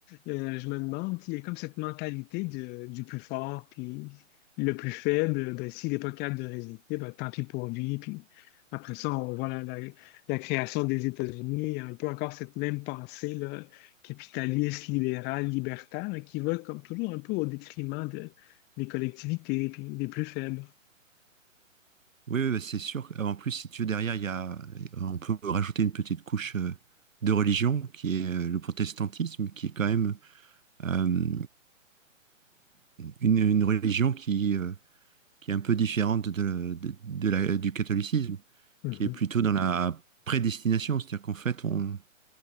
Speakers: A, on the left; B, on the right.
A: Euh, je me demande, il y a comme cette mentalité de- du plus fort, puis le plus faible, ben, s'il n'est pas capable de résister, ben, tant pis pour lui. Puis après ça, on voit la, la- la création des États-Unis, il y a un peu encore cette même pensée là, capitaliste, libérale, libertaire, hein, qui va comme toujours un peu au détriment de- des collectivités, puis des plus faibles.
B: Oui, oui, bah, c'est sûr. Euh, En plus, si tu veux, derrière, il y a, on peut rajouter une petite couche euh, de religion qui est euh, le protestantisme, qui est quand même euh, une, une religion qui, euh, qui est un peu différente de, de- de la, du catholicisme,
A: Mhm.
B: qui est plutôt dans la prédestination. C'est-à-dire qu'en fait, on,